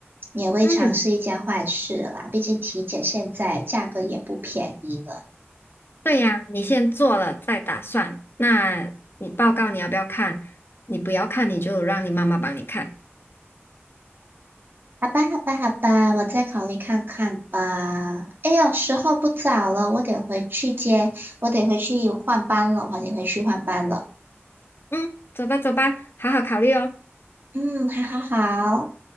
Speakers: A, on the right; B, on the left.
A: 也未尝是一件坏事啦。
B: 嗯，
A: 毕竟体检现在价格也不便宜呢。
B: 对呀，你先做了再打算。那你报告你要不要看？你不要看，你就让你妈妈帮你看。
A: 好吧，好吧，好吧，我再考虑看看吧。哎呦，时候不早了，我得回去接，我得回去换班了，我得回去换班了。
B: 嗯，走吧走吧，好好考虑哦。
A: 嗯，好好好。